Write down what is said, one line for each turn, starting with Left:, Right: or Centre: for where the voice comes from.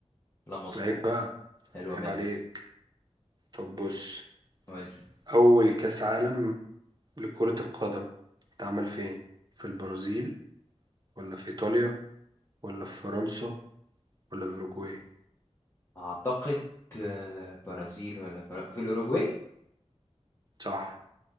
Left: لا مظبوط
Right: عيب بقى
Left: حلوه
Right: عيب
Left: منك
Right: عليك طب بص
Left: قول لي.
Right: أول كأس عالم لكرة القدم اتعمل فين في البرازيل ولا في إيطاليا ولا في فرنسا ولا الأوروجواي
Left: اعتقد آه، برازيل ولا فر... في الاوروجواي
Right: صح